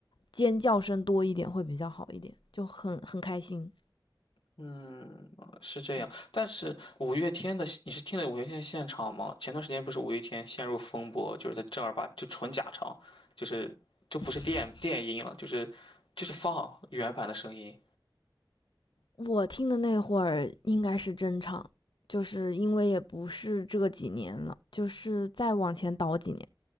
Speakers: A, on the left; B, on the left.
A: 尖叫声多一点会比较好一点，就很很开心。
B: 嗯，是这样。
A: 嗯，
B: 但是五月天的，你是听了五月天的现场吗？前段时间不是五月天陷入风波，就是他正儿八就纯假唱，就是就不是电电音了，
A: <laughs>
B: 就是就是放原版的声音。
A: 我听的那会儿应该是真唱，就是因为也不是这几年了，就是再往前倒几年，